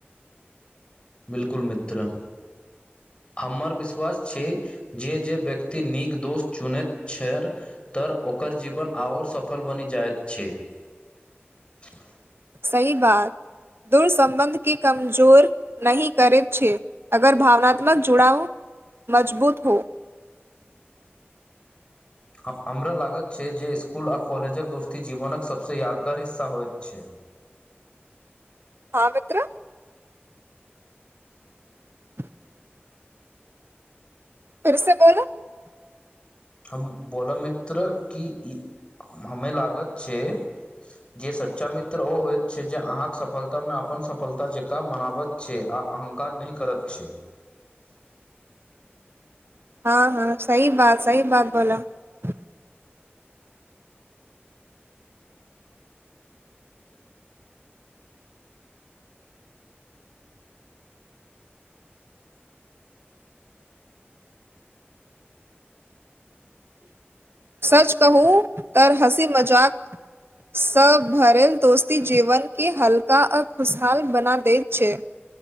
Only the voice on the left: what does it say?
बिलकुल मित्र हमर -विश्वास छै जे जे व्यक्ति नीक दोस्त चुनैत छै। <unintelligible> तऽ ओकर जीवन। <unintelligible> आओर सफल बनि जाइत छै। <unintelligible>
हमरा लागत छै जे स्कुल आ कॉलेजक दोस्ती जीवनक सभसँ यादगार हिस्सा होइत छै। <unintelligible>
हम बोलऽ मित्र कि - क हमे लागत छै जे सच्चा मित्र ओ होइत छै जे अहाँके सफलतामे अपन सफलता जकाँ मनाबत छै आ अहंकार नहिह करत <unintelligible> छै।